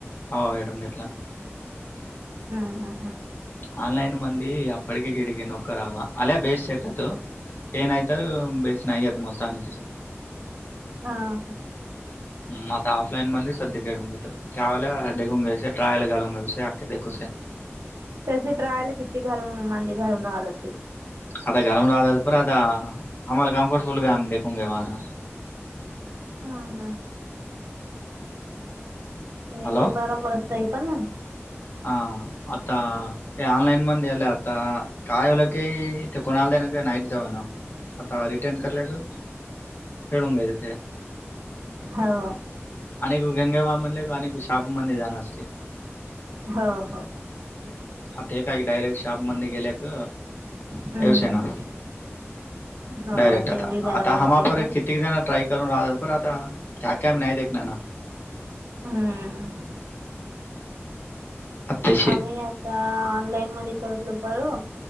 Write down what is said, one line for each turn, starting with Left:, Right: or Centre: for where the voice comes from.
Left: हो येडमटला
Right: हम्म हम् हम्
Left: आनलईन मंद अ पडकी किडकी नोका रावा अला बेस्टेटात हे नाही तर बेस नाही येत मत आणि किच
Right: हा ह
Left: ह आता ऑफलाईन मध्ये सध्या खूून घेत त्यावेळेला देू घे ट्राल घलून घा विय अखे देख
Right: तसे ट रायला किती घालून मांंद घालून राहत क
Left: आता गलम रातात पर आता आमला कमफर्टबुल गम देखोंगयवाण
Right: ह हां हे
Left: हॅलो,
Right: भी बारंबरचता पण ना
Left: हा आता ते ऑनलाईन मणलं आता काय होलं की ते कोणाला दे ना का नाईट जाव ना आता रिटर्न करल्या ग खेळून घ्या तथे
Right: हो
Left: अनेक गंगेबा म्हधले अनेक शाप म जाणार अस
Right: हो हो
Left: आता हे काय डायरेक्ट शाप म गेल्या क
Right: हम्म
Left: ववशय ना
Right: हो
Left: ायरेक्ट
Right: ते
Left: आता
Right: बी बरोबरच
Left: आता ह
Right: आहे
Left: पर
Right: पण
Left: किती जना ट्रा करून राहतात पर आता त्या कायम नाही दे ना ना
Right: हम
Left: आत्ताशी
Right: कमी आता ऑनलाईन मध्ये करलो बरं